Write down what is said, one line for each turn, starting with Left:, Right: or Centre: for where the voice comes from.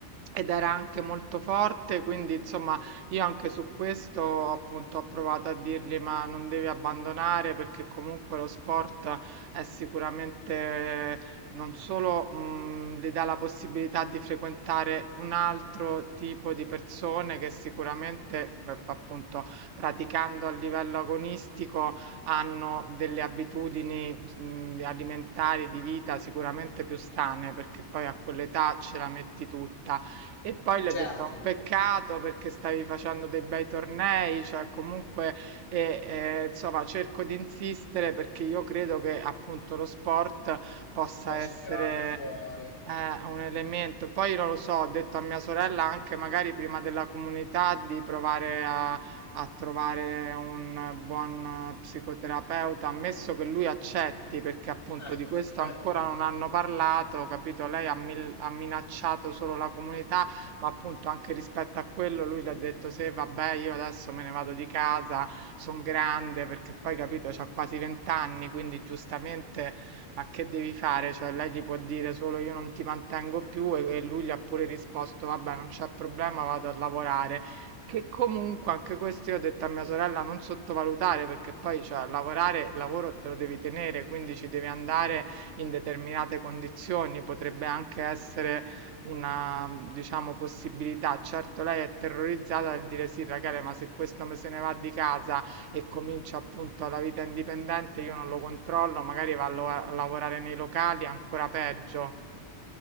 Right: Ed era anche molto forte, quindi insomma io anche su questo appunto ho provato a dirgli ma non devi abbandonare perché comunque lo sport è sicuramente non solo, mhmm, le dà la possibilità di frequentare un altro tipo di persone che sicuramente, beh, f appunto, praticando a livello agonistico hanno delle abitudini, mhmm, alimentari, di vita sicuramente più sane, perché poi a quell'età ce la metti tutta. E poi le
Left: Certo,
Right: ho detto: "È un peccato perché stavi facendo dei bei tornei, cioè comunque" e, ehm, insomma cerco di insistere perché io credo che appunto lo sport possa
Left: posso
Right: essere
Left: tirarlo fuori.
Right: eh, un elemento. Poi non lo so, ho detto a mia sorella anche magari prima della comunità di provare a, a trovare un buon psicoterapeuta, ammesso che lui accetti, perché appunto
Left: Ecco,
Right: di questo
Left: è quello.
Right: ancora non hanno parlato, capito? Lei ha, mil- ha minacciato solo la comunità, ma appunto anche rispetto a quello lui le ha detto se vabbè io adesso me ne vado di casa, sono grande, perché poi capito, c'ha quasi vent'anni, quindi giustamente ma che devi fare? Cioè, lei gli può dire solo io non ti mantengo più e, e lui gli ha pure risposto vabbè, non c'è problema, vado a lavorare. Che comunque anche questo io ho detto a mia sorella non sottovalutare perché poi, cioè, lavorare, il lavoro te lo devi tenere, quindi ci devi andare in determinate condizioni, potrebbe anche essere una, diciamo, possibilità. Certo, lei è terrorizzata dal dire sì, Rachele, ma se questo me se ne va di casa e comincia appunto la vita indipendente, io non lo controllo, magari va a lo- a lavorare nei locali, ancora peggio.